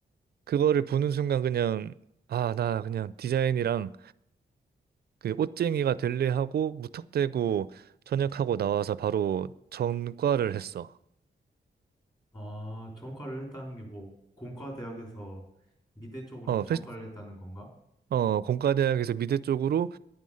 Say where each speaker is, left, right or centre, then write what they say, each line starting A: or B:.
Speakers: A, on the right; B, on the left.
A: 그거를 보는 순간 그냥 아 나 그냥 디자인이랑 그 옷쟁이가 될래 하고 무턱대고 전역하고 나와서 바로 전과를 했어.
B: 아, 전과를 했다는 게 뭐, 공과대학에서 미대 쪽으로
A: 어,
B: 전과를
A: 패,
B: 했다는 건가?
A: 어, 공과대학에서 미대 쪽으로